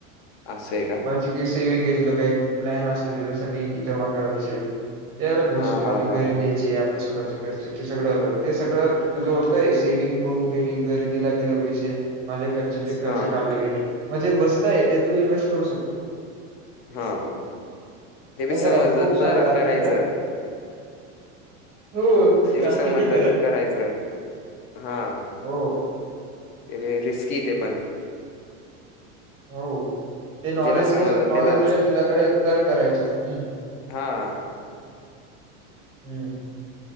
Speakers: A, on the left; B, on the right.
A: असं आहे का
B: तुझी काय सेविंग आहे तुझ काही प्लॅन असेल त्याच्यासाठी जमा करायच असेल ते अलग गोष्ट
A: हां,
B: आहे
A: हां,
B: आणि घरी
A: हां,
B: द्यायची आपल्या स्वतःच्या खर्च ते सगळं अलग ते सगळं तुझं होतय सेविंग होऊन गेली घरी घरी दीला गेलं पैसे माझ्या खर्चाचे खर्चे
A: हां,
B: काढला गेले म्हणजे मस्त आहे ते तू इनवेस्ट करू शकतो
A: हा
B: हो
A: ते बी
B: तसं
A: समजलं
B: राहतं खूप सारं
A: तर
B: राहतं
A: करायचं
B: त्याच्यात हो
A: ते बी
B: असं
A: समजलं
B: नाही
A: तर करायचं हा
B: हो
A: ते बी रिस्की आहे ते पण
B: हो ते नॉलेज
A: ज्याला समजलं
B: कसं
A: त्यालाच.
B: नॉलेज राहील तुझ्याकडे तर करायचं हू
A: हा
B: हू